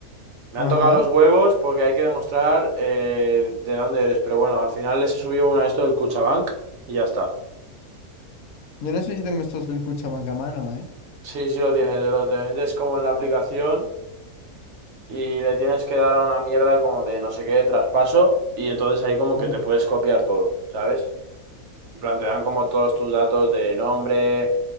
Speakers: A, on the right (about 65°); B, on the left (about 75°).
A: Me
B: Ajá.
A: han tocado los huevos porque hay que demostrar eh, de dónde eres. Pero bueno, al final les he subido una de esto del Cuchabank y ya está.
B: Yo no sé si tengo estos del Cuchamagamano, ¿eh?
A: Sí, sí lo tienes, lo te metes como en la aplicación y le tienes que dar a una mierda como de no sé qué, traspaso, y entonces ahí como
B: Ya,
A: que te puedes copiar todo, ¿sabes? En plan, te dan como todos tus datos de nombre,